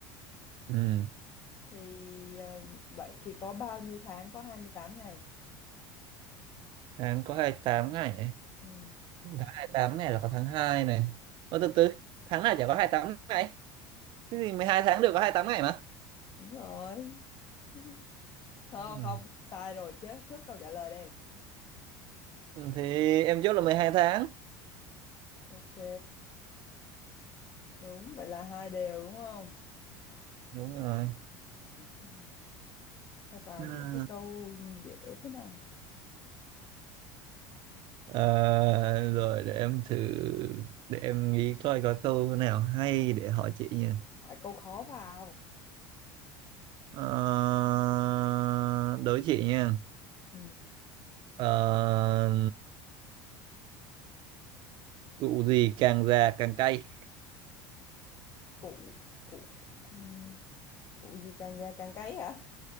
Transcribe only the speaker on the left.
Thì ờ, vậy thì có bao nhiêu tháng có 28 ngày?
Ừ,
đúng rồi. <laughs> Thôi
không, sai rồi chứ, chốt câu trả lời đây.
Ok, đúng vậy là hai đều đúng không?
<sighs> Ai, Sao toàn
những cái câu dễ thế này?
Hỏi câu khó vào.
Ừ,
cụ cụ ừ, cụ gì càng già càng cấy hả?